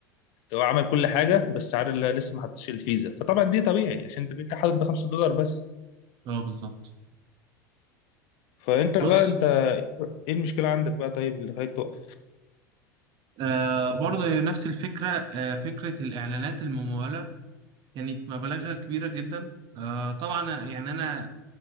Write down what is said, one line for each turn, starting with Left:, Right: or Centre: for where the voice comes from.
Left: هو عمل كل حاجه بس عارف اللي لسه ما حطش الفيزا فطبعا دي طبيعي عشان انت كده حاطط ب 5 دولار بس
Right: اه بالظبط
Left: فانت بقى
Right: بص
Left: انت ايه المشكله عندك بقى طيب اللي خليك تقف
Right: آه برضه هي نفس الفكرة آه فكرة الإعلانات الممولة كانت مبالغها كبيرة جدا آه طبعا يعني أنا